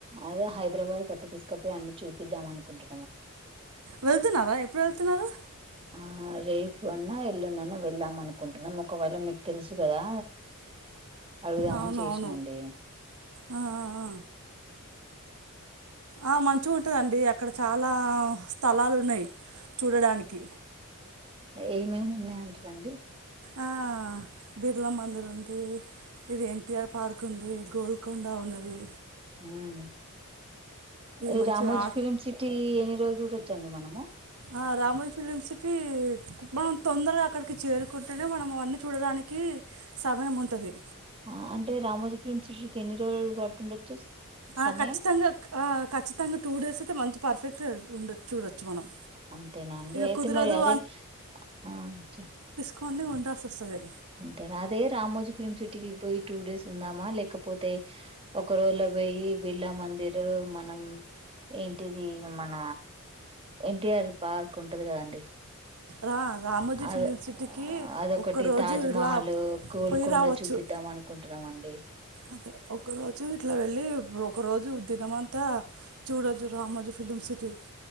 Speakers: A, on the right; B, on the right.
A: అదే హైదరాబాద్ కట్ట తీసుకపోయి అన్ని చూపిద్దాం అనుకుంటు
B: వెళ్తున్నారా ఎప్పుడు వెళ్తున్నారు
A: ఆ రేపు అన్నా ఎల్లుండన్న వెళ్దాం అనుకుంటున్నాం ఒకవేళ మీకు తెలుసు కదా అడుగుదామని
B: అవును
A: చేసినండి
B: అవును ఆ, ఆ, ఆ. ఆ మంచిగుంటదండి అక్కడ చాలా స్థలాలు ఉన్నాయి చూడడానికి
A: ఏమేమి ఉన్నాయంటారండి
B: ఆ బిర్లా మందిర్ ఉంది ఇది ఎన్టిఆర్ పార్క్ ఉంది గోల్కొండ ఉంది
A: ఉమ్ ఏ
B: మంచిగా
A: రామోజ
B: ఆ
A: ఫిలిం సిటీ ఎన్ని రోజు చూడచ్ చండి మనము
B: ఆ రామోజీ ఫిలిం సిటీ మనం తొందరగా అక్కడికి చేరుకుంటేనే మనం అవన్నీ చూడడానికి సమయం ఉంటుంది.
A: ఆ అంటే రామోజు ఫిలిమ్ సిటికి ఎన్ని రోజులు పడుతుండొచ్చు
B: ఆ
A: సమయం
B: కచ్చితంగా ఆ కచ్చితంగా టూ డేస్ అయితే మంచి పర్ఫెక్ట్ ఉండ చూడొచ్చు మనం
A: అంతేనా అండి
B: ఇక
A: అయితే
B: కుదరదు
A: మరి అదే ఆ చ
B: కొన్ని ఉండాసొస్తది
A: అంతేనా అది రామోజీ ఫిలిమ్ సిటీకి పోయి టూ డేస్ ఉందామా లేకపోతే ఒక రోజులో పోయి బిర్లా మందిర్ మనం ఏంటిది మన ఎన్టీఆర్ పార్క్ ఉంటది కదండి
B: రా రామోజీ
A: అద
B: ఫిలిం సిటీకి
A: అదొకటి
B: ఒక్కరోజు
A: తాజ్
B: ఇలా
A: మహల్ గోల్కొండ
B: పోయి రావచ్చు
A: చూపిద్దాం అనుకుంటున్నామండి
B: అదే ఒక రోజు ఇట్లా వెళ్ళి ఒక రోజు దినం అంతా చూడొచ్చు రామోజీ ఫిలిమ్ సిటీ